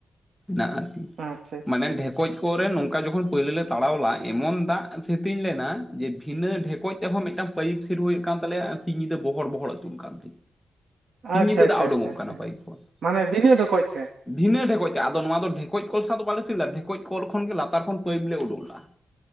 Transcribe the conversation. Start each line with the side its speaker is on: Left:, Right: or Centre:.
Centre: ᱢᱮᱱᱟᱜᱼᱟ᱾
Right: ᱟᱪᱪᱷᱟ
Centre: ᱢᱟᱱᱮ ᱰᱷᱮᱠᱚᱡ ᱯᱚᱨᱮ ᱱᱚᱝᱠᱟ ᱡᱚᱠᱷᱚᱱ ᱯᱳᱭᱞᱳ ᱞᱮ ᱛᱟᱲᱟᱣᱞᱟ ᱮᱢᱚᱱ ᱫᱟᱜ ᱥᱮᱛᱮᱧ ᱞᱮᱱᱟ ᱡᱮ ᱵᱷᱤᱱᱟᱹ ᱰᱷᱮᱠᱚᱡ ᱛᱮᱦᱚᱸ ᱢᱤᱫᱴᱟᱝ ᱯᱟᱭᱤᱯ ᱥᱮᱴ ᱦᱳᱭ ᱠᱟᱱ ᱛᱟᱞᱮᱭᱟ, ᱟᱨ ᱥᱤᱧ ᱧᱤᱫᱟᱹ ᱵᱚᱦᱚᱲ ᱵᱚᱦᱚᱲ ᱟᱹᱛᱩᱜ ᱠᱟᱱ ᱛᱟᱸᱦᱮᱫ᱾ ᱥᱤᱧ
Right: ᱟᱪᱪᱷᱟ
Centre: ᱧᱤᱫᱟᱹ
Right: ᱟᱪᱪᱷᱟ
Centre: ᱫᱟᱜ ᱩᱰᱩᱠᱚᱜ
Right: ᱟᱪᱪᱷᱟ ᱟᱪᱪᱷᱟ
Centre: ᱠᱟᱱᱟ ᱯᱟᱭᱤᱯ ᱠᱷᱚᱱ
Right: ᱢᱟᱱᱮ ᱵᱤᱱᱟᱹ
Centre: ᱾
Right: ᱰᱷᱚᱠᱚᱡ ᱛᱮ
Centre: ᱵᱷᱤᱱᱟᱹ ᱰᱷᱮᱠᱚᱡ ᱛᱮ ᱟᱫᱚ ᱱᱚᱣᱟ ᱫᱚ ᱰᱷᱮᱠᱚᱡ ᱠᱚᱞ ᱥᱟᱶ ᱫᱚ ᱵᱟᱞᱮ ᱰᱷᱮᱠᱚᱡ ᱠᱚᱞ ᱠᱷᱚᱱ ᱜᱮ ᱞᱟᱛᱟᱨ ᱠᱷᱚᱱ ᱯᱟᱭᱤᱯ ᱞᱮ ᱩᱰᱩᱠ ᱞᱟᱜ-ᱟ ᱾